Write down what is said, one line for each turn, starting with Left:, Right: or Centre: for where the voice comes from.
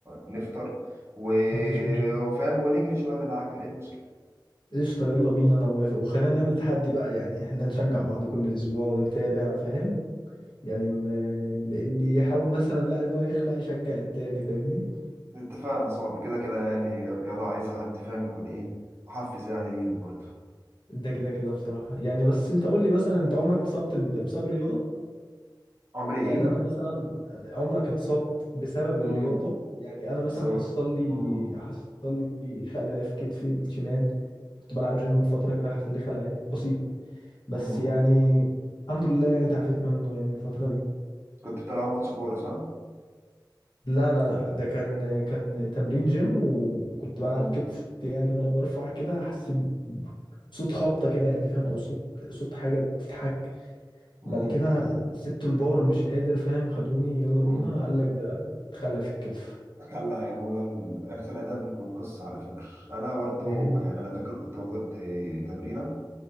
Right: نفطر و...
Left: مفيش مشكله
Right: وفاهم ونجري شوية بالعجل ايه المشكلة
Left: قشطة يلا بينا أنا موافق وخلينا نعمل تحدي بقى يعني احنا نشجع بعض كل أسبوع ونتابع فاهم يعني م- اللي يحاول مثلا لا إن هو يخلع يشجع التاني فاهمني
Right: اتفقنا صعب كده كده يعني الرياضة عايزة حد فاهم يكون ايه محفز يعني ليها برضه
Left: ده كده كده بصراحة يعني بس أنت قول لي مثلا أنت عمرك اتصبت ب- بسبب الرياضة
Right: عمري ايه؟
Left: يعني أنا مثلا عمرك اتصبت بسبب الرياضة
Right: امم
Left: يعني أنا مثلا
Right: بسبب
Left: حصل لي
Right: امم
Left: حصل لي خلع في كتفي الشمال كنت بلعب جيم فترة كده حصل لي خلع بسيط بس
Right: امم
Left: يعني الحمد لله يعني تعافيت منه يعني الفترة دي
Right: كنت بتلعب ماتش كورة صح؟
Left: لا لا لا ده كان كان تمرين جيم وكنت بلعب
Right: امم
Left: كتف يعني وانا برفع كده حسيت بصوت خبطه كده يعني فاهم او صوت صوت حاجه بتتحك
Right: امم
Left: بعد كده سبت البار مش قادر فاهم خدوني يلا
Right: مم.
Left: بينا قال لك ده اتخلع في الكتف
Right: كلا يا ابويا الارث الادبي بيكون قصه على فكره انا برضو
Left: امم
Right: يعني انا فاكر كنت باخد آه، تمرينه